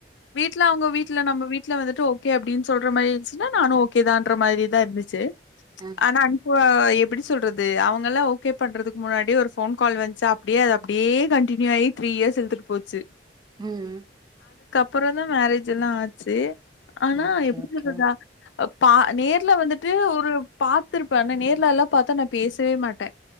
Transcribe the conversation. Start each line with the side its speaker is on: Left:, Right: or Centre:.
Left: வீட்ல அவங்க வீட்ல நம்ம வீட்ல வந்துட்டு ஓ ஓகே அப்டின்னு சொல்ற மாறி இருந்துச்சுனா நானும் ஓகே தான்ற மாறி தான் இருந்துசு
Right: ஆ.
Left: ஆனா அனுப எப்டி சொல்றது அவங்களாம் ஓகே பண்றதுக்கு முன்னாடி ஒரு போன் கால் வந்சா அப்டியே அது அப்டியே கண்டினியூ ஆய் த்ரீ இயர்ஸ் இழுத்துட்டு போச்சு
Right: ம்
Left: அப்புற தான் மேரேஜ் எல்லா ஆச்சு ஆனா
Right: ஓகே,
Left: எப்படி
Right: ஓகே.
Left: சொல்றதா அப் பா நேர்ல வந்துட்டு ஒரு பாத்திருப்ப ஆனா நேர்ல எல்லா பாத்தா நா பேசவே மாட்டேன்